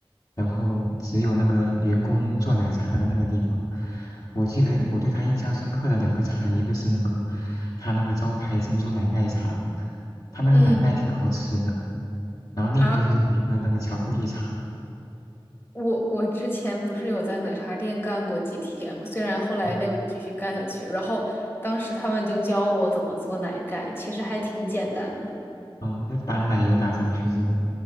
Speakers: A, on the left; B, on the left.
A: 然后只有那个员工做奶茶的那个地方，我记得我对他印象深刻的两个茶，一个是那个他那个招牌珍珠奶盖茶，他那个奶盖挺好吃的。
B: 嗯。
A: 然后另一个就是有一个那个巧克力茶，
B: 啊。我我之前不是有在奶茶店干过几天嘛，虽然后来没有继续干下去，
A: 哦，
B: 然后当时他们就教我怎么做奶盖，其实还挺简单的。
A: 哦，要把奶油打上去是吧？